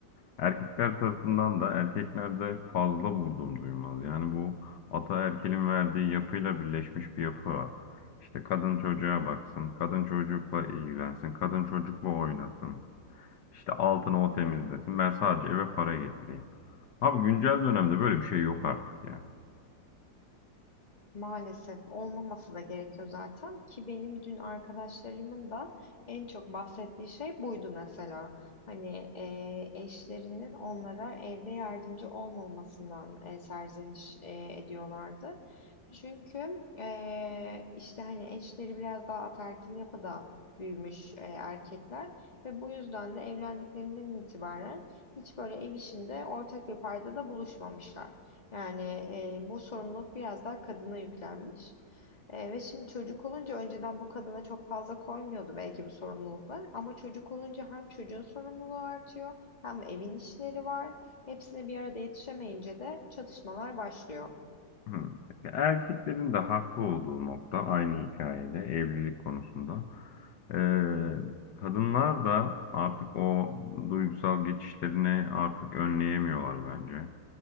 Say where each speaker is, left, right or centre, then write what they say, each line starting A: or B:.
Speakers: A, on the left; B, on the left.
A: Erkekler tarafından da erkeklerde fazla vurdum duymaz. Yani bu ataerkilin verdiği yapıyla birleşmiş bir yapı var. İşte kadın çocuğa baksın, kadın çocukla ilgilensin, kadın çocukla oynasın. İşte altını o temizlesin. Ben sadece eve para getireyim. Abi güncel dönemde böyle bir şey yok artık ya.
B: Maalesef olmaması da gerekiyor zaten ki benim dün arkadaşlarımın da en çok bahsettiği şey buydu mesela. Hani e, eşlerinin onlara evde yardımcı olmamasından e, serzeniş e, ediyorlardı. Çünkü e, işte hani eşleri biraz daha ataerkil yapıda büyümüş e, erkekler ve bu yüzden de evlendiklerinden itibaren hiç böyle ev işinde ortak bir paydada buluşmamışlar. Yani e, bu sorumluluk biraz daha kadına yüklenmiş. E, ve şimdi çocuk olunca önceden bu kadına çok fazla koymuyordu belki bu sorumluluklar. Ama çocuk olunca hem çocuğun sorumluluğu artıyor hem evin işleri var. Hepsine bir arada yetişemeyince de çatışmalar başlıyor.
A: Hı. Erkeklerin de haklı olduğu nokta aynı hikayede evlilik konusunda. Ee, kadınlar da artık o duygusal geçişlerini artık önleyemiyorlar bence.